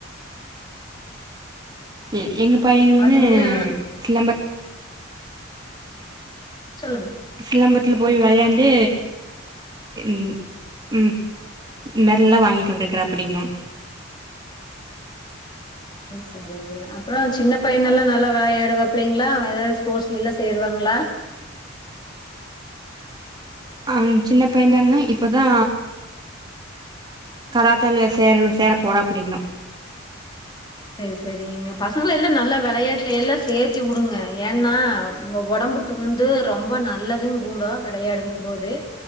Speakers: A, on the right; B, on the left.
A: உ எங்க பையனுமே
B: பாத்தீங்கன்னா
A: சிலம்பத்
B: சொல்லுங்க
A: சிலம்பத்துல போய் விளையாண்டு உ உ இன்மாரில்லா வாங்கிட்டு வந்டிக்கறப்படிங்கள
B: அது சேரி உ அப்புற சின்ன பைய்யனல்லா நல்லா விளையாடுவா பிள்ளீங்களா ஏதாவது ஸ்போர்ட்ஸ்ஸிலில்லா சேருவாங்களா
A: ஆ சின்ன பையன்தானுங்க இப்பதா கராத்தேல சேரனு சேர போறாப்படிங்க
B: செரி செரிங்க பசங்கலெல்லா நல்லா வெளையாட்டுல எல்லா சேர்த்து உடுங்க ஏன்னா ஒ ஒடம்புக் க்கு வந்து ரொம்ப நல்லது கூட வெளையாடும்போது